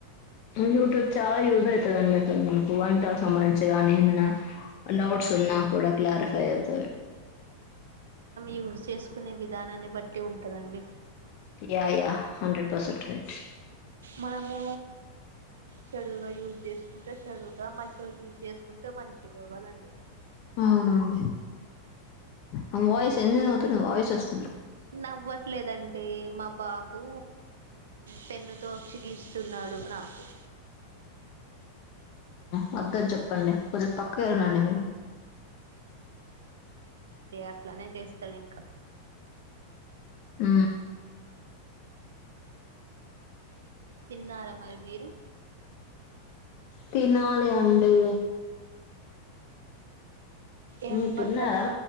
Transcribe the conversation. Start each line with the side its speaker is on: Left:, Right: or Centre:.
Left: యూట్యూబ్ చాలా యూజ్ అవుతదండి అసలు మనకు వంటలకు సంబంధించి కాగానీ ఏమైనా డౌట్స్ ఉన్నా కూడా క్లారిఫై అవుతుా
Right: యూజ చేసుకునే విధానాన్ని బట్టి ఉంటుందండి
Left: yeah yeah hundred percent right
Right: మనము చెడువుగా యూజ్ చేసుకుంటే చెడువుగా మంచిగా యూజ్ చేసుకుంటే మంచిగా కదండి
Left: అవునండి ఆ వాయిస్ ఎందు అతున్నా వాయిస్ వస్తు
Right: నవ్వట్లేదండి మా బాబు పెన్ను తోసిిగిస్తున్నాడు నాకు
Left: వర్ద్దని చెప్పండి కొంచం పక్కకు వెళ్ళినండి మీరు
Right: ఎట్లానే చేస్తాడు ఇంకా
Left: అ
Right: తిన్నారా మరి మీరు
Left: తినాలి అండి
Right: ఏం
Left: మీరు
Right: బ
Left: తిన్నారా
Right: క